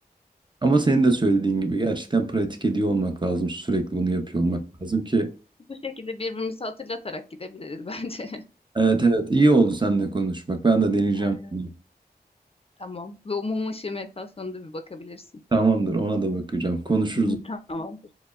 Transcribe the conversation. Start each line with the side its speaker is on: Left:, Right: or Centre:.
Right: ama senin de söylediğin gibi gerçekten pratik ediyor olmak lazım. Sürekli bunu yapıyor
Left: Evet.
Right: olmak lazım ki.
Left: Bu şekilde birbirimizi hatırlatarak gidebiliriz bence.
Right: Evet evet iyi oldu seninle konuşmak. Ben de deneyeceğim.
Left: <laughs>
Right: bunu.
Left: Tamam. Ve umum ışığı meditasyonuna da bir bakabilirsin.
Right: Tamamdır ona da bakacağım. Konuşuruz,
Left: <laughs> Tamamdır.